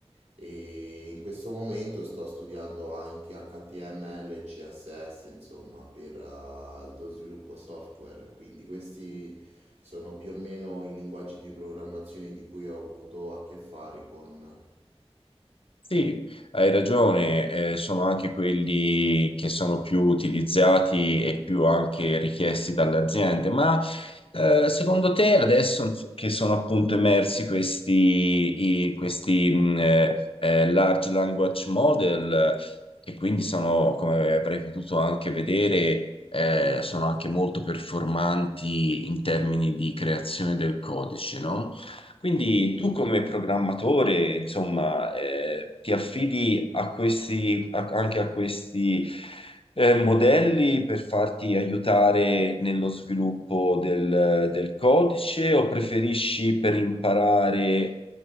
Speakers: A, on the right (about 85°); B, on the left (about 55°).
A: e in questo momento sto studiando anche HTML e CSS, insomma, per eh, lo sviluppo software, quindi questi sono più o meno i linguaggi di programmazione di cui ho avuto a che fare con...
B: Sì, hai ragione, eh, sono anche quelli che sono più utilizzati e più anche richiesti dalle aziende, ma eh, secondo te adesso che sono appunto emersi questi, i- questi mh, eh, eh, large language model, che quindi sono, come avrei potuto anche vedere, eh, sono anche molto performanti in termini di creazione del codice, no? Quindi
A: Mhm.
B: tu come programmatore, insomma, eh, ti affidi a questi, a- anche a questi eh, modelli per farti aiutare nello sviluppo del, del codice o preferisci per imparare